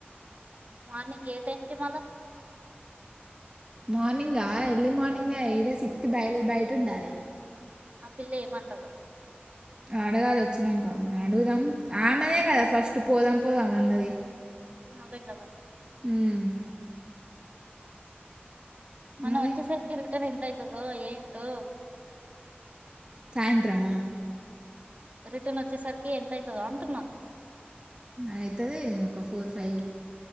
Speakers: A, on the right; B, on the right.
A: మార్నింగ్ ఏ టైమ్కి మళ్ళా
B: మార్నింగ్ ఆ ఎర్లీ మార్నింగ్ ఈడే సిక్స్ కి బయ బయట ఉండాలి
A: ఆ పిల్ల ఏమంటదొ
B: అడగాలి వచ్చినంక మన అడుగుదాం ఆమెనే కదా ఫస్ట్ పోదాం పోదాం అన్నది
A: అదే కదా
B: మ్మ్.
A: మనం
B: మరి
A: వచ్చేసరికి రిటర్న్ ఎంత అయితదో ఏంటో
B: సాయంత్రమా
A: రిటర్న్ వచ్చేసరికి ఎంత అయితదో అంటున్నా
B: అయితదే ఒక ఫోర్ ఫైవ్